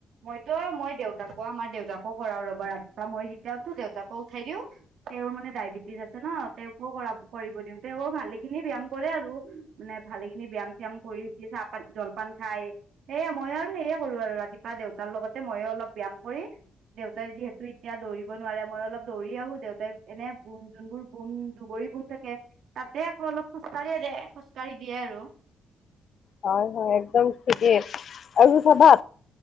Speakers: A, on the right; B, on the left.
A: মইতো মই- দেউতাকো আমাৰ দেউতাকো কৰাও ৰবা ৰাতিপুৱা মই যেতিয়া উঠো দেউতাকো উঠাই দিও তেওঁৰ মানে ডায়বেটিছ আছে ন' তেওঁ কো কৰা কৰিব দিওঁ তেওঁ ভালেখিনি ব্যায়াম কৰে আৰু মানে ভালে খিনি ব্যায়াম চিয়াম কৰি- চাহপাত জলপান খাই সেয়া মই আৰু সেয়ে কৰো আৰু ৰাতিপুৱা দেউতাৰ লগতে মইয়ো অলপ- ব্যায়াম কৰি দেউতাই যিহেতু এতিয়া দৌৰিব নোৱাৰে মই অলপ দৌৰি আহো দেউতাই এনে বোণ যোনবোৰ বোন দুবৰী বোণ থাকে তাতে আকৌ অলপ খোজকাঢ়িয়ে দে খোজ খোজ কাঢ়ি দিয়ে আৰু।
B: হয়- হয় একদম ঠিকেই আৰু চাবা